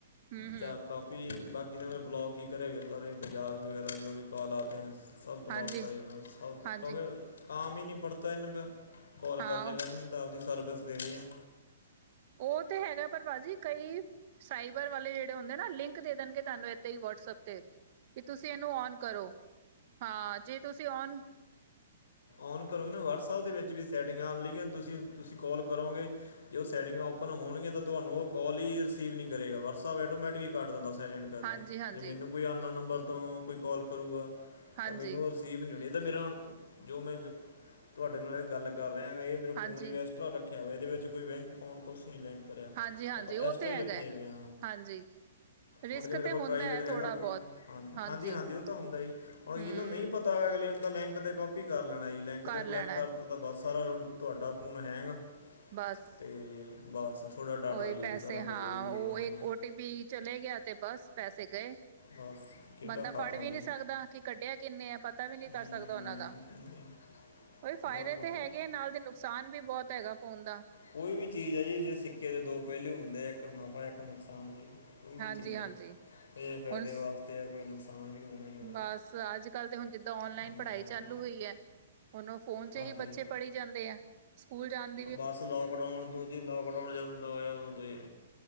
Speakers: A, on the right; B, on the left.
A: ਹੂੰ ਹੂੰ
B: ਚਾ ਕਾਫੀ ਬਾਕੀ ਤਾਂ ਮ ਬਲੋਕ ਹੀ ਕਰੇ, ਸਾਰੇ ਬਜਾਜ ਵਗੈਰਾ ਜੋ ਵੀ ਕਾਲ ਆਤੇ ਹੈ ਸਭ ਬਲੋਕ
A: ਹਾਂਜੀ
B: ਕਰੇਗਾ, ਸਭ
A: ਹਾਂਜੀ
B: ਕਿਉਂਕਿ ਕਾਮ ਹੀ ਨਹੀਂ ਪੜਤਾ ਇਨਕਾ ਕੋਲ
A: ਹਾਂ
B: ਕਰਨ ਪਹਿਦੇ ਤਾਂ ਆਪਦੀ ਸਰਵਿਸ ਦੇਣੀ ਹੈ
A: ਉਹ ਤੇ ਹੈਗਾ ਪਰ ਭਾਜੀ ਕਈ ਸਾਈਬਰ ਵਾਲੇ ਜਿਹੜੇ ਜ ਹੁੰਦੇ ਨਾ ਲਿੰਕ ਦੇ ਦੇਣਗੇ, ਤੁਹਾਨੂੰ ਏਦਾਂ ਹੀ ਵਟਸਐਪ ਤੇ ਕਿ ਤੁਸੀਂ ਇਹਨੂੰ ਔਨ ਕਰੋ ਹਾਂ ਜੇ ਤੁਸੀਂ ਔਨ
B: ਔਨ ਕਰੋਗੇ ਨਾ ਵਟਸਐਪ ਦੇ ਵਿੱਚ ਵੀ ਸੈਟਿੰਗ ਆਉਣ ਲਈਗ ਤੁਸੀਂ-ਤੁਸੀਂ ਕੋਲ ਕਰੋਗੇ ਜੇ ਉਹ ਸੈਟਿੰਗ ਓਪਰ ਹੋਣੀਗੀਆਂ, ਤਾਂ ਤੁਹਾਨੂੰ ਉਹ ਕੋਲ ਹੀ ਰਿਸੀਵ ਨਹੀਂ ਕਰੇਗਾ ਵਟਸਐਪ ਐਟੋਮੈਟਿਕ ਹੀ ਕੱਟ ਦਿੰਦਾ ਸਾਇਲੈਂਟ ਕਰਕੇ
A: ਹਾਂਜੀ ਹਾਂਜੀ
B: ਜੇ ਮੈਨੂੰ ਕੋਈ ਅਨ ਨੋਟ ਨੰਬਰ ਤੋਂ ਕੋਈ ਕੋਾਲ ਕਰੇਗਾ
A: ਹਾਂਜੀ,
B: ਤਾਂ ਮੈਨੂੰ ਰਸੀਬ ਨੀ ਤਾਂ ਮੇਰਾ ਜੋ ਮੈਂ ਜੋ ਤੁਹਾਡੇ ਨਾਲ ਗੱਲ ਕਰ ਰਿਹਾ ਆ ਇਹ ਮੇਰਾ
A: ਹਾਂਜੀ,
B: ਫੋਨ ਇਕਸਟਰਾ ਰੱਖਿਆ ਵਾ ਇਹਦੇ ਵਿੱਚ ਕੋਈ ਬੈਂਕ ਅਕਾਊਂਟ ਕੁਛ ਨੀ ਬੈਂਕ ਕਰਿਆ
A: ਹਾਂਜੀ, ਹਾਂਜੀ
B: ਆਪਾਂ ਇਕਸਟਰਾ੍
A: ਉਹ ਤੇ
B: ਹਾਂ
A: ਹੈਗਾ
B: ਹੀ ਰੱਖੇ
A: ਹੈ।
B: ਪਏ ਹ
A: ਹਾਂਜੀ ਰਿਸਕ
B: ਹੁਣ ਜੇ ਮੇਰੇ
A: ਤੇ
B: ਕੋਲ
A: ਹੁੰਦਾ
B: ਪ੍ਰਾਈਵੇਟ
A: ਹੈ
B: ਹੈਗਾ
A: ਥੋੜਾ
B: ਫੋਨ
A: ਬਹੁਤ
B: ਹਾਂਜੀ-ਹਾਂਜੀ-ਹਾਂਜੀ
A: ਹਾਂਜੀ
B: ਉਹ ਤਾਂ ਹੁੰਦਾ ਜੀ
A: ਹੂੰ
B: ਹੁਣ ਜਿਹਨੂੰ ਨਹੀਂ ਪਤਾ ਹੈ ਅਗਲੇ ਨੇ ਤਾਂ ਬੈਂਕ 'ਤੇ ਕਾਪੀ ਕਰ ਲੈਣਾ ਜੀ ਲਿੰਕ
A: ਕਰ
B: 'ਤੇ ਕਲਿੱਕ
A: ਲੈਣਾ
B: ਕਰਤਾ
A: ਹੈ
B: ਤਾਂ ਬਸ ਸਾਰਾ ਤੁਹਾਡਾ ਫ਼ੋਨ ਹੈਂਗ
A: ਬਸ
B: ਤੇ ਬਸ ਥੋੜ੍ਹਾ ਡਾਟਾ
A: ਉਹੀ
B: ਲੀਕ
A: ਪੈਸੇ
B: ਸਾਰਾ ਕੁਝ
A: ਹਾਂ
B: ਜੋ ਵੀ
A: ਉਹ
B: ਹੋ ਹਾਂਝ
A: ਇੱਕ ਓ ਟੀ ਪੀ ਚਲੇ ਗਿਆ ਤੇ ਬਸ ਪੈਸੇ ਗਏ
B: ਬਸ ਕਿੱਡਾ
A: ਬੰਦਾ
B: ਖਤਮ
A: ਫੜ ਵੀ
B: ਜੀ
A: ਨਹੀਂ ਸਕਦਾ ਕਿ ਕੱਢਿਆ ਕਿੰਨੇ ਆ ਪਤਾ ਵੀ ਨਹੀਂ
B: ਹਮ,
A: ਕਰ ਸਕਦਾ ਉਹਨਾਂ ਦਾ
B: ਨਹੀਂ,
A: ਉਹ ਫ਼ਾਇਦੇ
B: ਬਿਲਕੁਲ
A: ਤੇ
B: ਜੀ
A: ਹੈਗੇ ਆ ਨਾਲ ਦੀ ਨੁਕਸਾਨ ਵੀ ਬਹੁਤ ਹੈਗਾ ਫੋਨ ਦਾ
B: ਕੋਈ ਵੀ ਚੀਜ਼ ਹੈ ਜੀ ਜੇ ਸਿੱਕੇ ਦੇ ਦੋ ਪਹਿਲੂ ਹੁੰਦੇ ਆ ਇੱਕ ਨੱਫ਼ਾ ਇੱਕ ਨੁਕਸਾਨ ਜੀ ਕੋਈ ਵੀ
A: ਹਾਂਜੀ,
B: ਚੀਜ਼
A: ਹਾਂਜੀ
B: ਆ ਇਹ ਫਾਇਦੇ
A: ਹੁਣ ਸ
B: ਵਾਸਤੇ ਆ ਕੋਈ ਨੁਕਸਾਨ ਵੀ ਹੋਣਾ ਹੀ ਉਹਦਾ
A: ਬਸ ਅੱਜ ਕੱਲ੍ਹ ਤੇ ਹੁਣ ਜਿੱਦਾਂ ਔਨਲਾਈਨ
B: ਹਮ,
A: ਪੜ੍ਹਾਈ ਚਾਲੂ ਹੋਈ ਹੈ। ਹੋਨ ਓ ਫੋਨ ਚ
B: ਹਾਂਜੀ
A: ਹੀ ਬੱਚੇ ਪੜ੍ਹੀ ਜਾਂਦੇ ਆ ਸਕੂਲ ਜਾਨ
B: ਬਸ ਲੋਕਡਾਊਨ ਤੋਂ ਜੀ ਲੋਕਡਾਊਨ ਜਦੋਂ ਤੋਂ ਹੋਇਆ ਉਦੋਂ ਤੋਂ ਹੀ